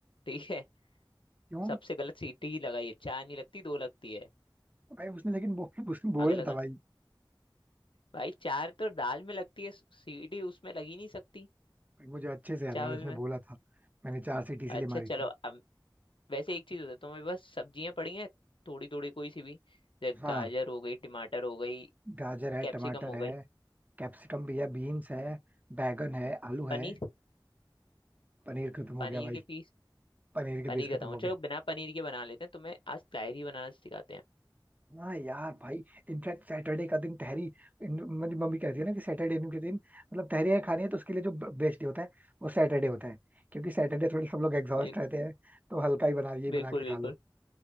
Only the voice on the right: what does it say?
क्यों
भाई उसने लेकिन बो, उसने बोला
था भाई
मुझे अच्छे से याद
है उसने
बोला था मैंने चार सीट इसीलिए
मारी
थी
हाँ
गाजर है
टमाटर
है
कैप्सिकम भी है बीन्स है बैगन है आलू है
पनीर खत्म हो
गया भाई
पनीर के
पीस खत्म
हो गए
हाँ यार भाई इनफैक्ट सैटरडे का दिन तहरी इन- मेरी मम्मी कहती है ना कि सैटरडे के दिन मतलब तहरी अगर खानी है तो उसके लिए जो बेस्ट डे होता है वो सैटरडे होता है क्योंकि सैटरडे थोड़े सब लोग एग्जॉस्ट
रहते हैं तो हल्का ही बना यही बना
के
खा लो